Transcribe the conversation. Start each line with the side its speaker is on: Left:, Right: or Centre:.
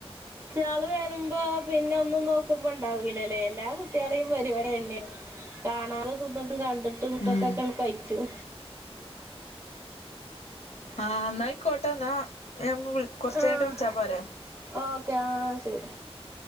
Right: റ്റാൾ വരുമ്പോ പിന്നെ ഒന്നും നോ മ്പ ഉണ്ടാവുലലേ എല്ലാ കുട്ട്യളിം പരിപാടി അതന്നെ കാണാതെ തിന്നുട്ടും കണ്ട് തിന്ന്ട്ടൊക്കെക്കെ
Left: ഉം
Right: കഴ്ച്ചും
Left: ആഹ് ന്നായിക്കോട്ടെ ന്നാ ഞാ കൊർച്ച്
Right: ആഹ്
Left: കഴിഞ്ഞിട്ട് വിളിച്ചാ പോരേ?
Right: ഓക്കെ ആഹ് ശരി